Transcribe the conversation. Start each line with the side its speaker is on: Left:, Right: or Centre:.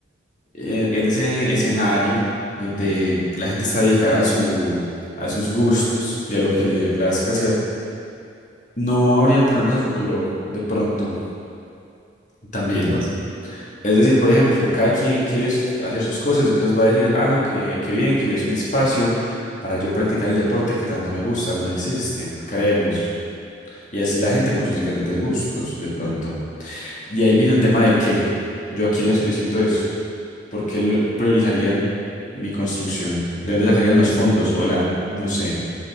Left: eh, en ese escenario donde la gente está dedicada a su, a sus gustos y a lo que le plazca hacer, no habrían problemas a futuro, de pronto, también.
Right: como así.
Left: Es decir, por ejemplo, cada quien quiere s- hacer sus cosas, entonces va a decir, ah, no, que, que bien, que hubiese un espacio para yo practicar el deporte que tanto me gusta. No existe, creémoslo. Y así la gente
Right: Ujú.
Left: con sus diferentes gustos, de pronto. Y ahí viene un tema de qué. ¿Yo a quién le solicito eso? ¿Por qué lo- priorizarían mi construcción? ¿De dónde sacarían los fondos? O la, no sé.